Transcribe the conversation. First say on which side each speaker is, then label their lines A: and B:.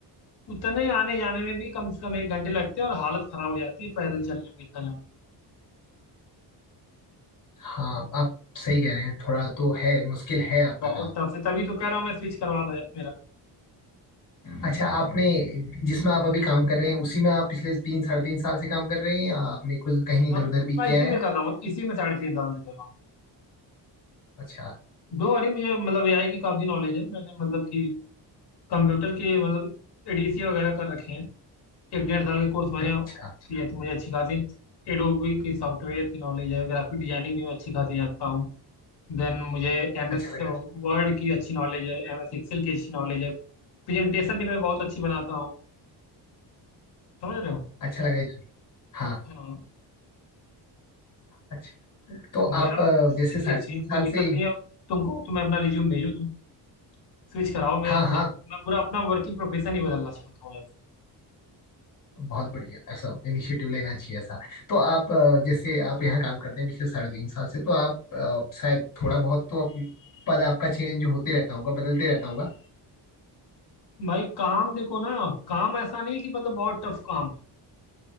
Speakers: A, on the left; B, on the left.
A: उतने आने जाने में भी कम से कम एक घंटे लगते हैं और हालत खराब हो जाती है पैदल चलने में इतना जाम
B: हाँ आप सही कह रहे हैं थोड़ा तो है मुश्किल है आपका
A: बहुत
B: काम
A: टफ है तभी तो कह रहा हूँ मैं स्विच करवा दो यार मेरा
B: अच्छा आपने जिसमें आप अभी काम कर रहे हैं उसी में आप पिछले तीन साढ़े तीन साल से काम कर रहे हैं या आपने कुछ कहीं इधर
A: हाँ,
B: उधर भी
A: मैं
B: किया
A: इसी
B: है
A: में कर रहा हूँ इसी में साढ़े तीन साल से कर रहा हूँ
B: अच्छा
A: दो अरे मुझे मतलब एआई की काफी नॉलेज है मैंने मतलब कि कंप्यूटर के मतलब एडीसी वगैरह कर रखे हैं एक डेढ़ साल के कोर्स मैंने
B: अच्छा
A: किया तो मुझे अच्छी खासी एडोबी की सॉफ्टवेयर की नॉलेज है ग्राफिक डिजाइनिंग भी मैं अच्छी खासी जानता हूँ देन मुझे एम
B: अच्छा
A: एस
B: लगा
A: वर्ड की अच्छी नॉलेज है एम एस एक्सेल की अच्छी नॉलेज है प्रेजेंटेशन भी मैं बहुत अच्छी बनाता हूँ समझ रहे हो
B: अच्छा लगा इस- हाँ
A: हाँ
B: अच्छा
A: तो
B: तो
A: मेरा
B: आप अ,
A: सही
B: जैसे साढ़े
A: है
B: तीन
A: सीन कोई
B: साल
A: दिक्कत
B: से एक
A: नहीं है तुमको तो मैं अपना रिज्यूम भेजो तुम स्विच कराओ मैं
B: हाँ
A: अपना
B: हाँ
A: मैं पूरा अपना वर्किंग प्रोफेशन ही बदलना चाहता हूँ यार
B: बहुत बढ़िया ऐसा इनिशिएटिव लेना चाहिए ऐसा तो आप अ, जैसे आप यहाँ काम करते हैं पिछले साढ़े तीन साल से तो आप अ, शायद थोड़ा बहुत तो आप, पद आपका चेंज होते रहता होगा बदलते रहता होगा
A: भाई काम देखो ना काम ऐसा नहीं कि मतलब बहुत टफ काम